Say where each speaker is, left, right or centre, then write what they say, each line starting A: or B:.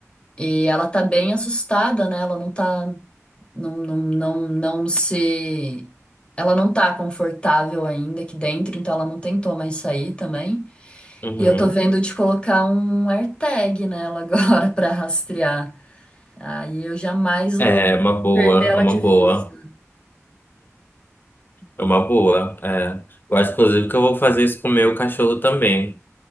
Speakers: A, on the left; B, on the left.
A: E ela tá bem assustada, né? Ela não tá, não, não, não, não se, ela não tá confortável ainda aqui dentro, então ela não tentou mais sair também.
B: Uhum.
A: E eu tô vendo de colocar um AirTag nela agora <laughs> pra rastrear. Aí eu jamais vou
B: É, uma boa,
A: perder ela
B: é uma
A: de vista.
B: boa. É uma boa, é. Eu acho, inclusive, que eu vou fazer isso com o meu cachorro também,